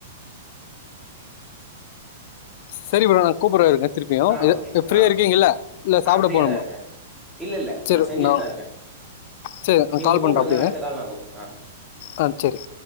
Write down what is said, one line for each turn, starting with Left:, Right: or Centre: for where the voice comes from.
Left: சரி ப்ரோ நான் கூப்புடுற இருங்க. திருப்பியும்
Centre: ஆ
Left: இ
Centre: ஓகே ஓகே
Left: ஃப்ரீயா
Centre: ஆ
Left: இருக்கீங்கள இல்ல சாப்பிட
Centre: ஆ ஃப்ரீயா
Left: போகணுமா.
Centre: தா இருக்கே இல்ல இல்ல
Left: சேரி
Centre: நா செஞ்சுட்டு
Left: நான்
Centre: தா இருக்கே
Left: சேரி நான்
Centre: நீங்க
Left: கால் பண்ணுறேன்
Centre: கூப்டுங்க
Left: அப்படியே
Centre: அடுத்த கால் நா கூப் ஆ
Left: ஆ சேரி.